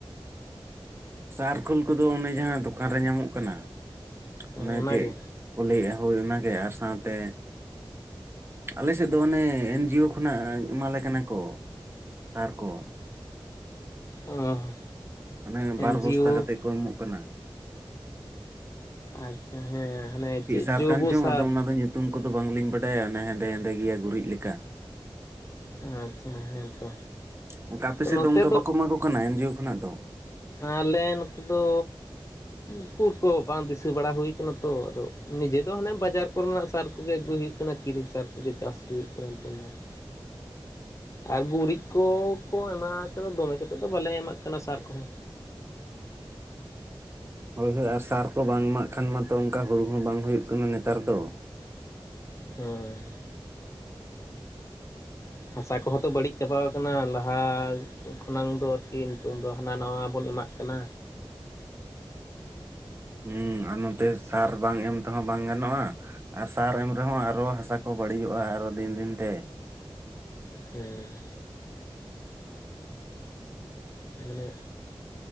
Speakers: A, on the right; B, on the left.
A: ᱥᱟᱨ ᱠᱷᱳᱞ ᱠᱚᱫᱚ ᱚᱱᱮ ᱡᱟᱦᱟᱸ ᱫᱳᱠᱟᱱ ᱨᱮ ᱧᱟᱢᱚᱜ ᱠᱟᱱᱟ
B: ᱚᱱᱟᱜᱮ
A: ᱚᱱᱮ ᱪᱮᱫ ᱠᱚ ᱞᱟᱹᱭᱮᱫᱼᱟ ᱦᱳᱭ ᱚᱱᱟᱜᱮ ᱟᱨ ᱥᱟᱶᱛᱮᱼᱼ ᱟᱞᱮ ᱥᱮᱫ ᱫᱚ ᱚᱱᱮ ᱮᱱ ᱡᱤ ᱭᱳ ᱠᱷᱚᱱᱟᱜ ᱮᱢᱟᱞᱮ ᱠᱟᱱᱟ ᱠᱚ ᱥᱟᱨ ᱠᱚ ᱾
B: ᱚ
A: ᱢᱟᱱᱮ
B: ᱮᱱᱡᱤᱭᱳ
A: ᱵᱟᱨ ᱵᱚᱥᱛᱟ ᱠᱟᱛᱮᱫ ᱠᱚ ᱮᱢᱚᱜ ᱠᱟᱱᱟ ᱾
B: ᱟᱪᱪᱷᱟ ᱦᱮᱸ ᱦᱟᱱᱮ ᱪᱮᱫ
A: ᱥᱟᱨ
B: ᱡᱳᱭᱵᱚ
A: ᱠᱟᱱ ᱪᱚᱝ
B: ᱥᱟᱨ?
A: ᱟᱫᱚ ᱚᱱᱟ ᱫᱚ ᱧᱩᱛᱩᱢ ᱠᱚᱫᱚ ᱵᱟᱝᱞᱤᱧ ᱵᱟᱰᱟᱭᱟ ᱚᱱᱟ ᱦᱮᱸᱫᱮ ᱦᱮᱸᱫᱮ ᱜᱮᱭᱟ ᱜᱩᱨᱤᱡ ᱞᱮᱠᱟ ᱾
B: ᱟᱪᱪᱷᱟ ᱦᱮᱸᱛᱚ
A: ᱚᱱᱠᱟ ᱟᱯᱮ
B: ᱛᱚ
A: ᱥᱮᱫ
B: ᱱᱚᱛᱮ
A: ᱫᱚ ᱚᱱᱠᱟ ᱵᱟᱠᱚ ᱮᱢᱟ ᱠᱚ ᱠᱟᱱᱟ ᱮᱱᱡᱤᱭᱳ ᱠᱷᱚᱱᱟᱜ ᱫᱚ?
B: ᱟᱞᱮ ᱱᱚᱛᱮ ᱫᱚᱼᱼ ᱩᱠᱩᱨ ᱠᱚ ᱵᱟᱝ ᱫᱤᱥᱟᱹ ᱵᱟᱲᱟ ᱦᱩᱭ ᱟᱠᱟᱱᱟ ᱛᱚ ᱟᱫᱚ ᱱᱤᱡᱮ ᱫᱚ ᱦᱟᱱᱮ ᱵᱟᱡᱟᱨᱼᱼ ᱠᱚᱨᱮᱱᱟᱜ ᱥᱟᱨ ᱠᱚᱜᱮ ᱟᱹᱜᱩᱭ ᱦᱩᱭᱩᱜ ᱠᱟᱱᱟ ᱠᱤᱨᱤᱧ ᱥᱟᱨ ᱠᱚᱜᱮ ᱪᱟᱥ ᱦᱩᱭᱩᱜ ᱠᱟᱱᱟ ᱱᱤᱛᱚᱝ ᱢᱟ ᱾ ᱟᱨ ᱜᱩᱨᱤᱡ ᱠᱚ ᱠᱚ ᱮᱢᱟ ᱠᱟᱫᱟ ᱫᱚᱢᱮ ᱠᱟᱛᱮᱫ ᱫᱚ ᱵᱟᱞᱮ ᱮᱢᱟᱜ ᱠᱟᱱᱟ ᱥᱟᱨ ᱠᱚᱦᱚ᱾
A: ᱦᱳᱭ ᱦᱳᱭ ᱟᱨ ᱥᱟᱨ ᱠᱚ ᱵᱟᱝ ᱮᱢᱟᱜ ᱠᱷᱟᱱ ᱢᱟᱛᱚ ᱚᱱᱠᱟ ᱦᱩᱲᱩ ᱦᱚᱸ ᱵᱟᱝ ᱦᱩᱭᱩᱜ ᱠᱟᱱᱟ ᱱᱮᱛᱟᱨ ᱫᱚ
B: ᱦᱮᱸ᱾ ᱦᱟᱥᱟ ᱠᱚᱦᱚᱸ ᱛᱚ ᱵᱟᱹᱲᱤᱡ ᱪᱟᱵᱟᱣ ᱟᱠᱟᱱᱟ ᱞᱟᱦᱟ ᱠᱷᱚᱱᱟᱝ ᱫᱚ ᱟᱨᱠᱤ ᱱᱤᱛᱚᱝ ᱫᱚ ᱦᱟᱱᱟ ᱱᱟᱣᱟ ᱵᱚᱱ ᱮᱢᱟᱜᱼᱼ ᱠᱟᱱᱟᱼᱼ
A: ᱦᱮᱸ ᱟᱨ ᱱᱚᱛᱮ ᱥᱟᱨ ᱵᱟᱝ ᱮᱢ ᱛᱮᱦᱚᱸ ᱵᱟᱝ ᱜᱟᱱᱚᱜᱼᱟ᱾ ᱟᱨ ᱥᱟᱨ ᱮᱢ ᱨᱮᱦᱚᱸ ᱟᱨᱚ ᱦᱟᱥᱟ ᱠᱚ ᱵᱟᱹᱲᱤᱡᱚᱜᱼᱟ ᱟᱨᱚ ᱫᱤᱱ ᱫᱤᱱ ᱛᱮ ᱾
B: ᱦᱮᱸ᱾ ᱢᱟᱱᱮ